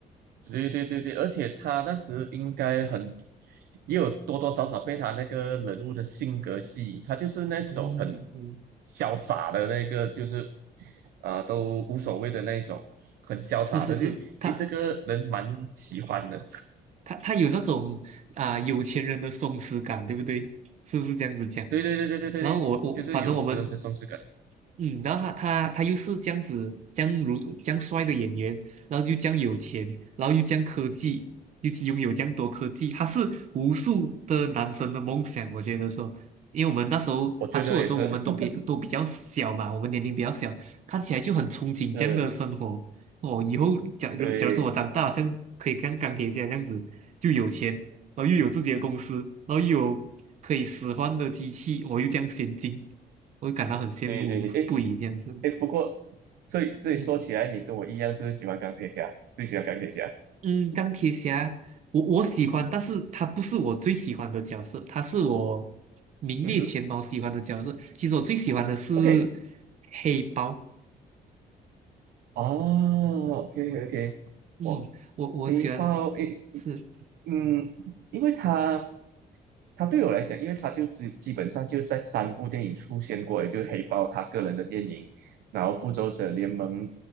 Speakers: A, on the right (about 85°); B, on the right (about 50°).
A: 对对对对，而且他那时应该很，也有多多少少被他那个人物的性格吸引，他就是那种很
B: 嗯嗯，
A: 潇洒的那个，就是啊、都无所谓的那一种，很潇洒的，
B: 是是是，
A: 就诶这个人蛮喜欢的。
B: 他。他他有那种啊、有钱人的松弛感，对不对？是不是这样子讲？
A: 对对对对对对对，
B: 然后我我反正我们
A: 就是有时候这松弛感，
B: 嗯，然后他他他又是这样子，这样如这样帅的演员，然后又这样有钱，然后又这样科技，又拥有这样多科技，他是无数的男生的梦想。我觉得说，因为我们那时候他出的时候，
A: 我觉得也是，
B: 我们都比都比较小嘛，
A: <laughs>
B: 我们年龄比较小，看起来就很憧憬这样的生活。
A: 嗯，
B: 哦，以后假如假如说我长大，
A: 对
B: 好像可以像钢铁侠这样子，就有钱，然后又有自己的公司，然后又有可以使唤的机器，我又这样先进。我会感到很羡慕不已这样子。
A: 对对对，诶诶，不过所以所以说起来，
B: 嗯
A: 你跟我一样，就是喜欢钢铁侠，最喜欢钢铁侠。
B: 嗯，钢铁侠，我我喜欢，但是他不是我最喜欢的角色，他是我名列前茅喜欢的角色。
A: 嗯哼
B: 其实我最喜欢的是
A: ，OK。
B: 黑豹。
A: 哦，OK OK，
B: 嗯，
A: 哇，
B: 我我很喜欢，
A: 黑豹诶，
B: 是
A: 嗯，因为他他对我来讲，因为他就基基本上就在三部电影出现过，也就是黑豹他个人的电影，然后复仇者联盟